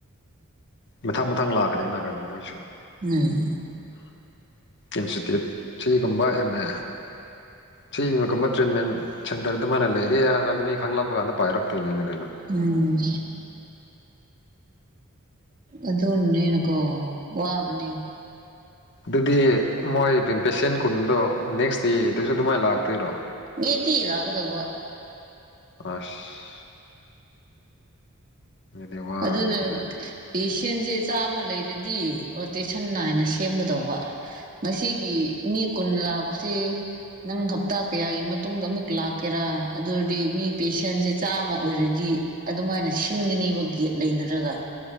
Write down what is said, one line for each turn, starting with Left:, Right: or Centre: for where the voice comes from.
Left: ꯃꯊꯪ ꯃꯊꯪ ꯂꯥꯛꯀꯅꯤ ꯅꯥ ꯒꯩꯅꯣ ꯃꯣꯏꯁꯨ
Right: ꯎꯝ
Left: ꯏꯟꯁꯇꯤꯇ꯭ꯌꯨꯠ ꯁꯤꯒꯨꯝꯕ ꯑꯦꯝ ꯃꯦ ꯁꯤꯅ ꯀꯨꯝꯕ ꯇ꯭ꯔꯤꯠꯃꯦꯟ ꯁꯦꯟꯇꯔꯗ ꯃꯥꯅ ꯂꯩꯔꯦ ꯍꯥꯏꯕ ꯀꯥꯟꯗ ꯃꯤ ꯈꯪꯂꯛꯄ ꯀꯥꯟꯗ ꯄꯥꯏꯔꯛꯇꯣꯏꯅꯦꯅ ꯀꯩꯅꯣ
Right: ꯎꯝ ꯑꯗꯨꯅꯅꯦꯅꯀꯣ ꯋꯥꯕꯅꯤ
Left: ꯑꯗꯨꯗꯤ ꯃꯣꯏ ꯄꯦꯁꯦꯟ ꯀꯨꯟꯗꯣ ꯅꯦꯛꯁ ꯗꯦꯗꯁꯨ ꯑꯗꯨꯃꯥꯏꯟ ꯂꯥꯛꯇꯣꯏꯔꯣ
Right: ꯆꯦꯄꯤ ꯂꯥꯛꯒꯗꯧꯕ
Left: ꯑꯁ ꯑꯗꯨꯗꯤ ꯋꯥꯒꯅꯤꯍꯦ
Right: ꯑꯗꯨꯅ ꯄꯦꯁꯦꯟꯁꯦ ꯆꯥꯝꯃ ꯂꯩꯔꯗꯤ ꯔꯣꯇꯦꯁꯟ ꯅꯥꯏꯅ ꯁꯦꯝꯒꯗꯧꯕ ꯉꯁꯤꯒꯤ ꯃꯤ ꯀꯨꯟ ꯂꯥꯛꯄꯁꯤ ꯅꯪ ꯍꯞꯇꯥ ꯀꯌꯥꯒꯤ ꯃꯇꯨꯡꯗ ꯑꯃꯨꯛ ꯂꯥꯛꯀꯦꯔꯥ ꯑꯗꯨ ꯑꯣꯏꯔꯗꯤ ꯃꯤ ꯄꯦꯁꯦꯟꯁꯦ ꯆꯥꯝꯃ ꯑꯣꯏꯔꯗꯤ ꯑꯗꯨꯃꯥꯏꯅ ꯁꯤꯟꯒꯅꯦꯕ ꯒꯦꯠ ꯂꯩꯅꯔꯒ